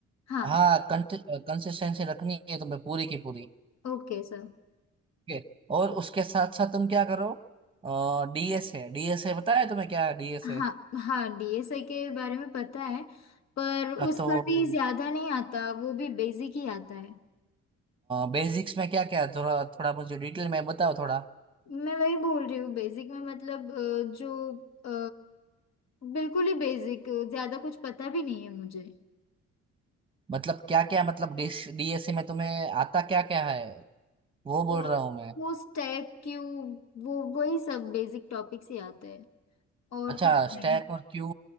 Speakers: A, on the left; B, on the right.
A: हाँ
B: हाँ कंसिस्टेंसी रखनी है तुम्हें पूरी की पूरी
A: Okay sir
B: ठीक है और उसके साथ साथ तुम क्या करो डीएस है डीएस है बताया तुम्हें क्या डीएस
A: हाँ
B: है
A: हाँ डीएसए के बारे में पता है पर
B: हाँ,
A: उसका
B: तो
A: भी ज्यादा नहीं आता वो भी बेसिक ही आता है
B: बेसिक्स में क्या क्या थोड़ा थोड़ा मुझे डिटेल में बताओ थोड़ा
A: मैं वही बोल रही हूँ बेसिक में मतलब अ, जो अ, बिल्कुल ही बेसिक ज्यादा कुछ पता भी नहीं है मुझे
B: मतलब क्या क्या मतलब डिश डीएसए में तुम्हें आता क्या क्या है वो बोल
A: तो
B: रहा हूँ मैं
A: वो स्टैक क्यू वो वही सब बेसिक टॉपिक्स ही आते हैं और
B: अच्छा
A: कुछ नहीं
B: स्टैक और क्यू